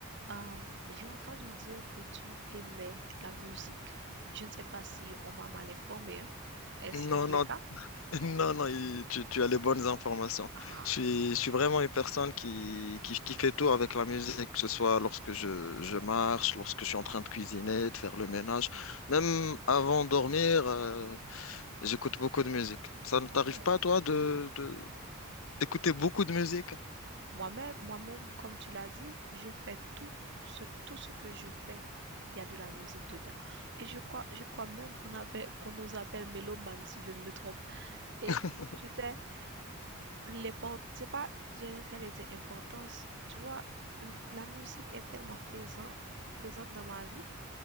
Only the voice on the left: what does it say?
Non,
non,
<laughs> non, non, il- tu, tu as les bonnes informations.
Je suis, je suis vraiment une personne qui, qui, qui fait tout avec la musique, que ce soit lorsque je, je marche, lorsque je suis en train de cuisiner, de faire le ménage. Même avant de dormir, euh, j'écoute beaucoup de musique. Ça ne t'arrive
pas, toi, de, de, d'écouter beaucoup de musique?
<laughs>